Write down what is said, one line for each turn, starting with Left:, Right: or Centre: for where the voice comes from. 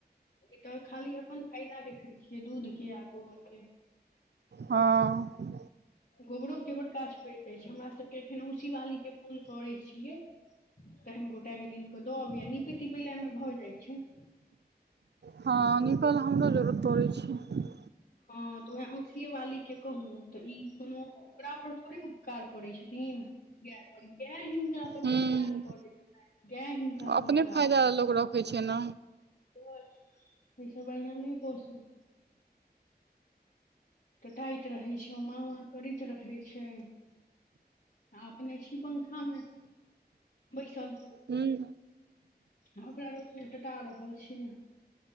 Left: ई तऽ खाली अपन फायदा देखै छियै, दूध के आ गोबर के।
Right: हँ।
Left: गोबरो के बर काज पइड़ जाइ छै, हमरा सभके एखन औसी वाली के फोन करै छियै। तहन गोटैक दिन कऽ द अबैया निपै-तिपै वला में भऽ जाइ छै।
Right: हँ, निपल हमरो जरूरत पड़ै छै।
Left: हँ तऽ उएह औसिए वाली के कहलौं तऽ ई कोनो ओकरा पर थोड़ी उपकार करै छथिन। गै पर गै हिन। का पर
Right: हूँ
Left: उपकार क दै छैन, गै हिनका
Right: अपने
Left: पर उपकार
Right: फायदा
Left: क दै।
Right: लोक रखै छै ने
Left: ओइसे बढ़ियाँ नहि पोसु। टटाइत रहै छै, ओ माँ-वाँ करैत रहै छै। आ अपने छी पंखा में, बैसल।
Right: हूं।
Left: आ ओकरा रौद में टटा रहल छी।